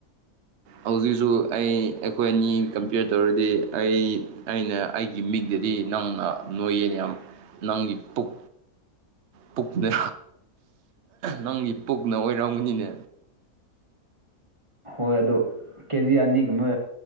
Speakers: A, on the right; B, on the right.
A: <unintelligible>
B: ꯍꯧꯖꯤꯛꯁꯨ ꯑꯩ ꯑꯩꯈꯣꯏ ꯑꯅꯤ ꯀꯝꯄꯤꯌꯔ ꯇꯧꯔꯗꯤ ꯑꯩ ꯑꯩꯅ ꯑꯩꯒꯤ ꯃꯤꯗꯗꯤ ꯅꯪꯅ ꯅꯣꯏꯌꯦꯅ ꯌꯥꯝ ꯅꯪꯒꯤ ꯄꯨꯛ ꯄꯨꯛꯅꯦ ꯅꯪꯗꯤ ꯄꯨꯛꯅ ꯑꯣꯏꯔꯝꯒꯅꯤꯅꯦ
A: ꯍꯣꯏ ꯑꯗꯨ ꯀꯦꯖꯤ ꯑꯅꯤꯒꯨꯝꯕ